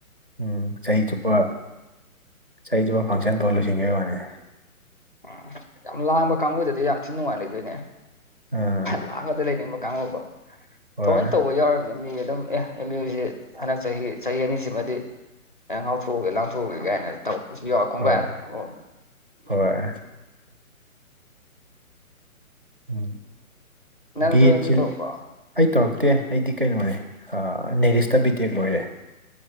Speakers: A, on the right (about 40°); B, on the left (about 35°).
A: ꯎꯝ ꯆꯍꯤ ꯆꯨꯞꯄ ꯆꯍꯤ ꯆꯨꯞꯄ ꯐꯪꯁꯟ ꯇꯧ ꯂꯣꯏꯁꯤꯟꯒ ꯋꯥꯅꯦ
B: ꯎꯝ ꯌꯥꯝ ꯂꯥꯡꯕ ꯀꯥꯡꯒꯨꯗꯗꯤ ꯌꯥꯝ ꯊꯤꯅ ꯅꯨꯡꯉꯥꯏ ꯂꯩꯗꯣꯏꯅꯦ
A: ꯑꯥ
B: ꯂꯥꯡꯒꯗ ꯂꯩꯅꯤꯡꯕ ꯀꯥꯡꯉꯀꯣ
A: ꯍꯣꯏ
B: ꯊꯑꯣꯅ ꯇꯧꯕ ꯌꯥꯎꯔꯤꯕꯅꯤ ꯑꯦꯝ ꯏ ꯑꯗꯨꯝ ꯑꯦ ꯑꯦꯝ ꯌꯨꯁꯤ ꯍꯟꯗꯛ ꯆꯍꯤ ꯆꯍꯤ ꯑꯅꯤꯁꯤꯃꯗꯤ ꯑꯦ ꯉꯥꯎꯊꯣꯛꯎꯒꯦ ꯂꯥꯡꯊꯣꯛꯎꯒꯦ ꯀꯥꯏꯅ ꯇꯧꯕꯧꯕꯁꯨ ꯌꯥꯎꯋ ꯈꯣꯡꯒꯥꯏꯔꯅꯤ
A: ꯍꯣꯏ
B: ꯑꯃꯝꯗ
A: ꯍꯣꯏ ꯎꯝ
B: ꯅꯪꯁꯨ
A: ꯕꯤ
B: ꯑꯦꯝ
A: ꯑꯦꯠꯁꯤ
B: ꯌꯨ ꯇꯧꯔꯛꯄ꯭ꯔꯣ
A: ꯑꯩ ꯇꯧꯔꯛꯇꯦ ꯑꯩꯗꯤ ꯀꯩꯅꯣꯅꯦ ꯅꯦꯔꯤꯁꯇ ꯕꯤ ꯇꯦꯛ ꯂꯣꯏꯔꯦ